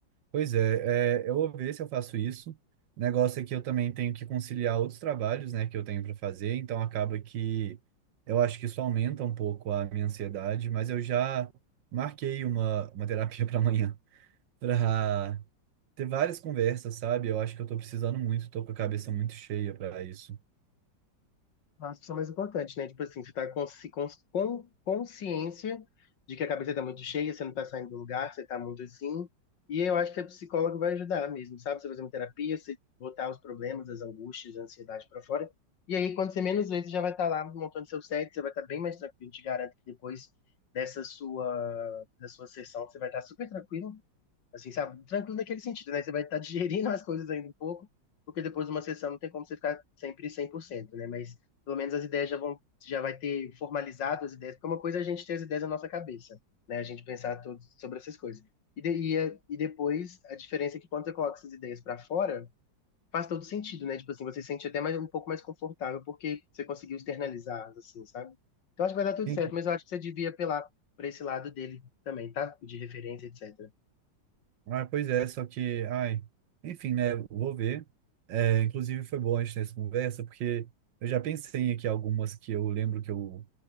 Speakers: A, on the right (about 75°); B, on the left (about 70°).
A: Pois é, é, eu vou ver se eu faço isso. O negócio é que eu também tenho que conciliar outros trabalhos, né, que eu tenho para fazer, então acaba que eu acho que isso aumenta um pouco a minha ansiedade, mas eu já marquei uma, uma terapia <laughs> para amanhã, para ter várias conversas, sabe? Eu acho que eu tô precisando muito, tô com a cabeça muito cheia para isso.
B: Acho que é o mais importante, né? Tipo assim, você tá consci- cons- com consciência de que a cabeça tá muito cheia, você não tá saindo do lugar, você tá muito assim. E eu acho que a psicóloga vai ajudar mesmo, sabe? Você fazer uma terapia, você botar os problemas, as angústias, a ansiedade pra fora. E aí, quando você menos vê, você já vai estar lá montando seu set, você vai estar bem mais tranquilo. Te garanto que depois dessa sua, da sua sessão, você vai estar super tranquilo. Assim, sabe? Tranquilo naquele sentido, né? Você vai estar digerindo as coisas ainda um pouco, porque depois de uma sessão não tem como você ficar sempre cem por cento né? Mas pelo menos as ideias já vão, já vai ter formalizado as ideias, porque é uma coisa é a gente ter as ideias na nossa cabeça, né? A gente pensar tudo sobre essas coisas. E, de- e, a- e depois, a diferença é que quando você coloca essas ideias para fora, faz todo sentido, né? Tipo assim, você se sente até mais, um pouco mais confortável porque você conseguiu externalizar, assim, sabe? Então acho que vai dar tudo
A: Hum.
B: certo, mas eu acho que você devia apelar para esse lado dele também, tá? De referência, etc.
A: Ah, pois é, só que, ai, enfim, né, vou ver. É, inclusive foi bom a gente ter essa conversa, porque eu já pensei aqui algumas que eu lembro que eu